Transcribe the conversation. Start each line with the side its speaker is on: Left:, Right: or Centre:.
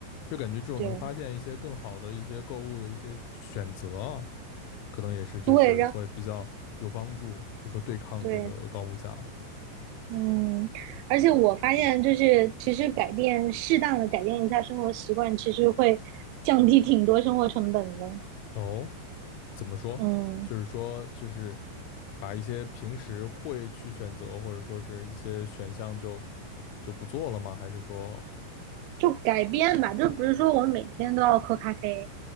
Left: 就感觉这种能发现一些更好的一些购物的一些选择啊，
Right: 对
Left: 可能也是就是会比较有帮助，
Right: 对，然
Left: 就说对抗这个高物价。
Right: 对，嗯，而且我发现就是其实改变适当的改变一下生活习惯，其实会降低挺多生活成本的，
Left: 哦，怎么说？
Right: 嗯。
Left: 就是说就是把一些平时会去选择或者说是一些选项就就不做了吗？还是说
Right: 就改变吧，就比如说我每天都要喝咖啡，